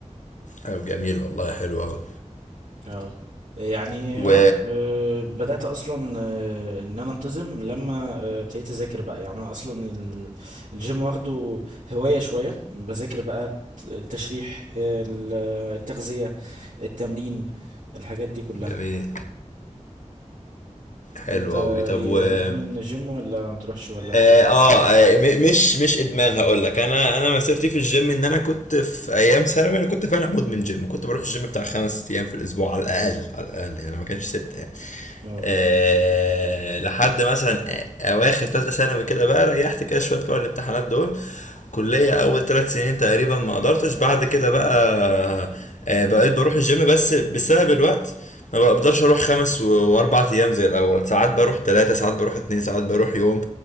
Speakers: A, on the left (about 75°); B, on the right (about 85°).
A: أيوة جميل والله حلو أوي
B: اه يعني
A: و
B: اهو آه، بدأت أصلا آه، إن أنا أنتظم لما آه، ابتديت أذاكر بقى يعني أنا أصلا ال- الجيم واخده هواية شوية بذاكر بقى الت- التشريح ال- التغذية التمرين الحاجات دي كلها
A: جميل حلو
B: أنت
A: قوي طب
B: إيه
A: و اه,
B: مدمن الجيم ولا ما بتروحش ولا بتروح؟
A: آه, آه م- مش مش ادمان هقول لك انا انا مسيرتي في الجيم ان انا كنت في ايام ثانوي انا كنت فعلا مدمن جيم كنت بروح الجيم بتاع خمس ايام في الاسبوع على الاقل على الاقل يعني ما كانش ستة يعني
B: اه
A: آه لحد مثلا آه، اواخر ثالثه ثانوي كده بقى ريحت كده شويه بتوع الامتحانات دول كليه اول ثلاث سنين تقريبا ما قدرتش بعد كده بقى آه بقيت بروح الجيم بس بسبب الوقت ما بقدرش اروح خمس و- واربع ايام زي الاول ساعات بروح ثلاثة ساعات بروح اتنين ساعات بروح يوم